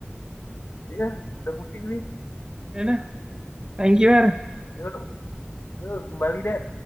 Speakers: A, on the left; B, on the right.
A: ya udah pusing nih
B: Ya udah, thank you, Har.
A: ya kembali deh